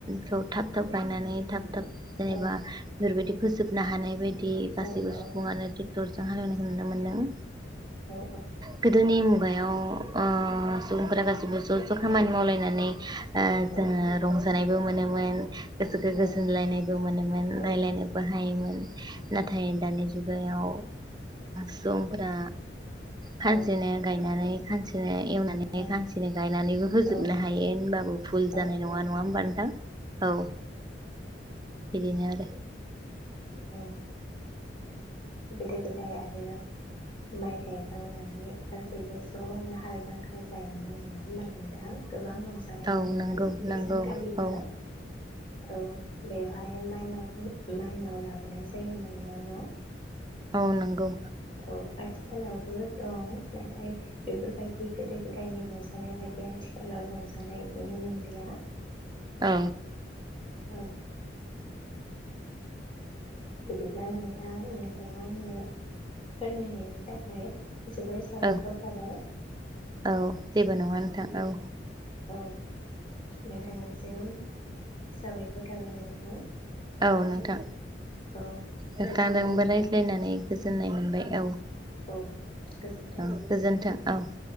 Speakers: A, on the right (about 25°); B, on the left (about 30°).
A: खौ थाब थाब गायनानै थाब थाब जेनेबा
B: औ
A: बेफोरबायदि फोजोबनो हानाय बाय दि गासिबो
B: औ औ
A: सुबुंङानो दि टरजों हालेवनायखौ नुनो मोनदों।
B: औ
A: गोदोनि मुं मुगायाव अ सुबुंफोरा गासैबो ज' ज' खामानि मावलायनानै ओ
B: औ
A: जोंङो रंजानायबो मोनो। मोन गोसोखो गो
B: औ
A: <unintelligible> लायनायबो मोनोमोन
B: औ
A: रायलायनोबो हायोमोन नाथाय दानि जुगाव सुबुंफोरा खानसेनो
B: औ
A: गायनानै खानसे नो एवनानै
B: औ
A: खानसेनो गायनानैबो
B: औ
A: फोजोबनो हायो होनबाबो भुल
B: गोदो
A: जानाय नङा नङा होमबा नोंथां? औ बिदिनो आरो
B: औ गोदो गोदाय आरो माइ गायखांना नै गासैबो ज'नो हाल जां ख्रा जायोमोन नंङा होमबा नोंथां गोबां रंजानाय
A: औ
B: मोनोमोन
A: नंगौ
B: बेै
A: नंगौ
B: सानखालिबो
A: औ
B: औ बेवहाय माइनावखौ माइनाव ला जानाय जायोमोन न' न'
A: औ नोंगौ
B: औ आथिखालावबो दं नाथाय बेफोरबायदि गोदो गोदायनि रंजा जानाय बायदि आथिखालाव रंजानाय नुनो मोनलिया।
A: औ
B: औ बिदिब्ला नोंथां नोंथांङा आंनो फोरमायनायनि थाखाय जोबोर साबायखर
A: औ
B: थाबाय
A: औ जेबो नंङा नोंथां। औ
B: औ नोंथांनिसिम साबायखर थाबाय नोंथां
A: औ, नोंथां
B: औ
A: नोंथांजोंबो
B: गोजोन्थों नोंथां
A: रायज्लायनानै गोजोननाय मोनबाय औ।
B: औ गोजोनथों
A: औ गोजोन्थों औ